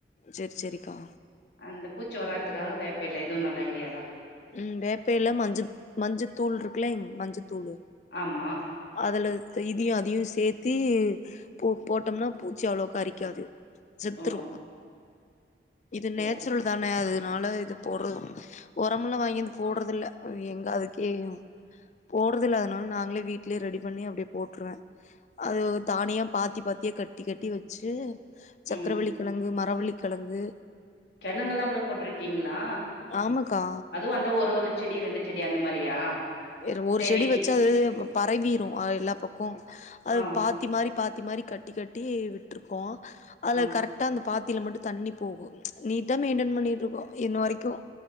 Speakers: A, on the left (about 40°); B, on the left (about 70°).
A: செரி செரிக்கா
B: அந்தப் பூச்சி வர்றாதுக்காக வேப்பெல இதுவு நல்ல ஐடியாதா
A: உம் வேப்பேல்ல மஞ்ச மஞ்சத்தூள் இருக்குலைங் மஞ்ச தூளு
B: ஆமா
A: அதுல த இதியு அதியு சேத்தி போ போட்டம்னா பூச்சி அவ்ளோக்க அரிக்காது செத்துரு
B: ஓ
A: இது
B: சேரி
A: நேச்சுரல் தான அது னால இது போடுற ஒரம்ல வாங்கி அது போடுறதில்ல எங்க அதுக்கே போடுறதுல அதுனால நாங்ளே வீட்லே ரெடி பண்ணி அப்டியே போட்டுருவ அது தானியா பாத்தி பாத்தியா கட்டி கட்டி வச்சு சக்கரவள்ளி
B: ம்
A: கிழங்கு ம ரவள்ளிக்கெழங்கு
B: கெழங்கெல்லா கூட போட்ருக்கீங்ளா
A: ஆமாக்கா
B: அதுவு வந்த ஒரு ஒரு செடி ரெண்டு செடி அந்த மாரியா
A: வேற ஒரு
B: தேவைக்கு
A: செடி வச்சா அது பரவிரு அது எல்லா பக்கோ அது
B: ஆ
A: பாத்தி மாரி பாத் து மாரி கட்டி கட்டி விட்ருகோ அதல
B: ஆ
A: கரெக்டா அந்த பாத் தில மட்டு தண்ணி போகு நீட்டா மெய்ன்டென் பண்ணிகிட்ருக்கோ இன்னு வரைக்கு